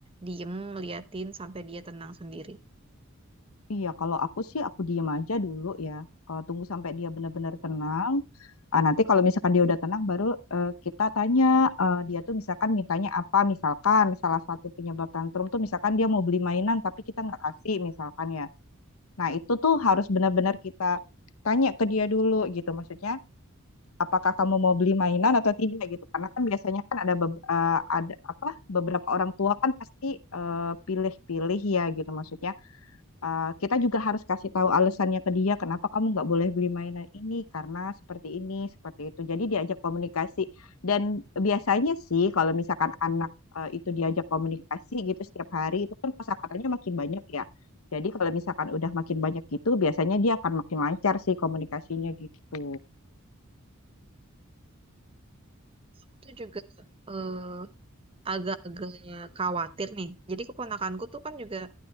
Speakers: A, on the right; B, on the left.
A: diem liatin sampai dia tenang sendiri
B: Iya, kalau aku sih aku diem aja dulu ya. Eh, tunggu sampai dia benar-benar tenang. Ah, nanti kalau misalkan dia udah tenang, baru eh, kita tanya eh, dia tuh misalkan mintanya apa. Misalkan salah satu penyebab tantrum tuh misalkan dia mau beli mainan tapi kita nggak kasih misalkan ya. Nah itu tuh harus benar-benar kita tanya ke dia dulu gitu. Maksudnya apakah kamu mau beli mainan atau tidak gitu. Karena kan biasanya kan ada beb- eh, ada apa beberapa orang tua kan pasti eh, pilih-pilih ya gitu maksudnya Uh, kita juga harus kasih tahu alasannya ke dia kenapa kamu nggak boleh beli mainan ini karena seperti ini seperti itu jadi diajak komunikasi dan biasanya sih kalau misalkan anak uh, itu diajak komunikasi gitu setiap hari itu kan kosakatanya makin banyak ya jadi kalau misalkan udah makin banyak gitu biasanya dia akan makin lancar sih komunikasinya gitu
A: aku tuh juga eh, agak-agak khawatir nih jadi keponakanku tuh kan juga